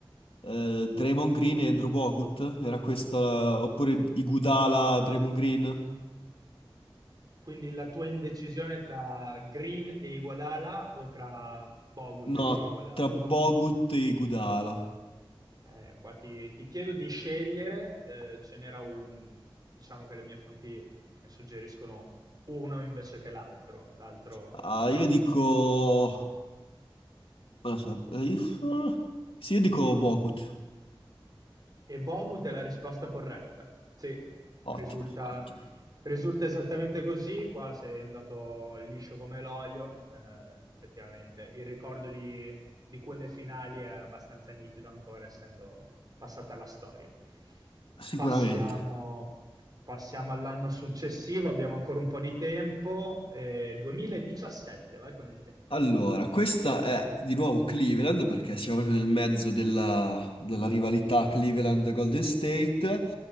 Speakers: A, on the left; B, on the right.
A: eh, Draymond Green e Andrew Bogut. Era questa, oppure Iguodala, Draymond Green?
B: Quindi la tua indecisione tra Green e Iguodala o tra Bogut
A: No,
B: e Iguodala?
A: tra Bogut e Iguodala.
B: Eh, qua ti, ti chiedo di scegliere, eh, ce n'era un, diciamo che le mie fonti ne suggeriscono uno invece che l'altro, l'altro
A: Ah,
B: più dalla
A: io
B: panchina.
A: dico... non lo so, eh, Sì, io dico Bogut.
B: E Bogut è la risposta corretta. Sì, risulta,
A: Ottimo, ottimo.
B: risulta esattamente così. Qua sei andato liscio come l'olio. eh, effettivamente, il ricordo di, di quelle finali è abbastanza nitido ancora, essendo passata la storia.
A: Sicuramente.
B: Passiamo, passiamo all'anno successivo, abbiamo ancora un po' di tempo. eh, 2017, vai con il tempo.
A: Allora, questa è di nuovo Cleveland perché siamo proprio nel mezzo della, della rivalità Cleveland-Golden State